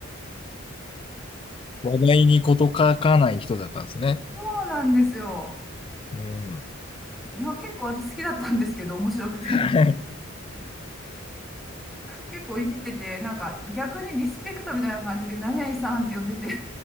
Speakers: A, on the left (about 25°); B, in the centre.
A: 話題に事欠かない人だったんですね。
B: そうなんですよ。
A: うん。
B: まあ、結構私好きだったんですけど、面白くて。
A: はい。
B: 結構いじってて、なんか逆にリスペクトみたいな感じで、何々さんって呼んでて、